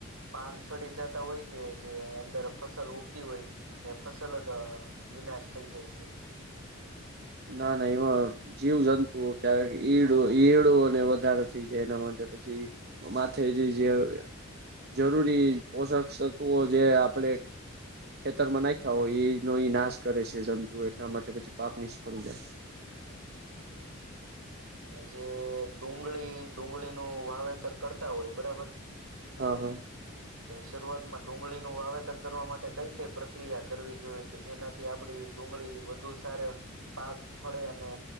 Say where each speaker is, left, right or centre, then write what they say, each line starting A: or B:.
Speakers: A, on the right; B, on the right.
A: પાન સડી જતા હોય કે જે અંદર ફસલ ઉગતી હોય એ ફસલ તો વિનાશ થઈ જાય છે
B: ના ના એમાં જીવ જંતુઓ ક્યારેક ઈડો ઇયળો વધારે થઈ જાય એના માટે પછી માથે જે જે જરૂરી પોષક તત્વઓ જે આપડે ખેતર માં નાખ્યા હોય એ નો નાશ કરે છે જંતુઓ એટલા માટે પાક નિસ <inaudible>
A: જે ડુંગળી ડુંગળીનું વાવેતર કરતા હોય બરાબર.
B: હા હા
A: તો શરૂઆતમાં ડુંગળીનું વાવેતર કરવા માટે કઈ કઈ પ્રક્રિયા કરવી જોઈએ કે જેનાથી થી આપડી ડુંગળી વધુ સાર ભાગ ફળે અને